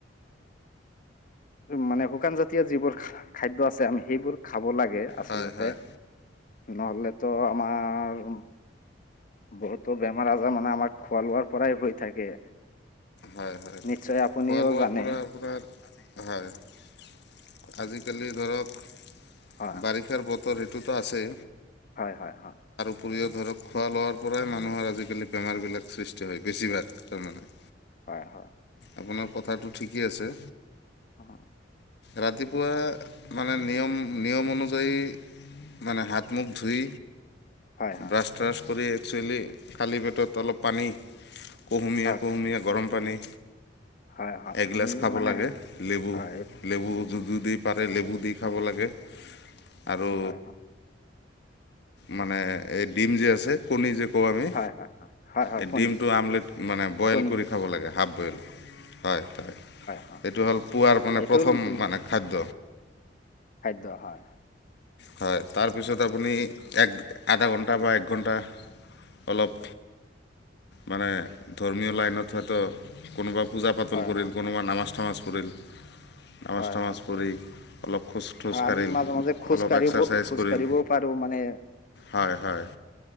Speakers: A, on the left (about 45°); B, on the left (about 65°).
A: মানে শুকান জাতীয় যিবোৰ খা-খাদ্য আছে আমি সেইবোৰ খাব লাগে আচলতে
B: হয় হয়
A: নহ'লেতো আমাৰ বহুতো বেমাৰ - আজাৰ মানে আমাৰ খোৱা লোৱাৰ পৰাই হৈ থাকে।
B: হয়, হয়
A: নিশ্চয় আপুনিও
B: খোৱা লোৱাৰ
A: জানে
B: পৰা আপোনাৰ হয় আজিকালি ধৰক
A: হয়
B: বাৰিষ <unintelligible> বতৰ সেইটোতো আছে।
A: হয়, হয়, হয়।
B: পুৰীয়ে ধৰক খোৱা লোৱাৰ পৰাই মানুহৰ আজিকালি বেমাৰ বিলাক সৃষ্টি হয়, বেছিভাগ তাৰমানে।
A: হয়, হয়।
B: আপোনাৰ কথাটো ঠিকেই আছে।
A: অ',
B: ৰাতিপুৱা মানে নিয়ম, নিয়ম অনুযায়ী মানে হাত হাত-মুখ ধুই
A: হয় হয়
B: ব্ৰাছ-ট্ৰাছ কৰি একচুৱেলি খালী পেটত অলপ পানী কুহুমীয়া,
A: হয়
B: কুহুমীয়া গৰম পানী
A: হয় হয়
B: এগিলাচ
A: আমি
B: খাব
A: মানে
B: লাগে লেবু
A: হয়
B: লেবু যু- যুদিপাৰে লেবু দি খাব লাগে আৰু
A: হয় হয়
B: মানে এই ডিম যে আছে কণী যে কওঁ আমি
A: হয় হয় হয় হয়
B: এই
A: কণী
B: ডিমটো আমলেট মানে বইল
A: কণী
B: কৰি খাব লাগে হাফ বইল হয়, হয়।
A: হয়,
B: সেইটো
A: হয়,
B: হ'ল পুৱাৰ মানে
A: সেইটো
B: প্ৰথম
A: ল-
B: মানে খাদ্য।
A: খাদ্য হয়।
B: হয় তাৰপিছত আপুনি এক আধা ঘণ্টা বা এক ঘণ্টা অলপ মানে ধৰ্মীয় লাইনত হয়তো কোনোবা পূজা-পাতল
A: হয়,
B: কৰিল
A: হয়, হয়,
B: কোনোবা নামাজ-তামাজ পঢ়িল। নামাজ
A: হয়,
B: তামাজ
A: হয়।
B: পঢ়ি অলপ খোজ থোজ
A: অ' আমি
B: কাঢ়িল
A: মাজে, মাজে খোজ
B: অলপ
A: কাঢ়িব,
B: এক্সাৰচাইজ
A: খোজ
B: কৰিল
A: কাঢ়িবও পাৰোঁ মানে
B: হয় হয়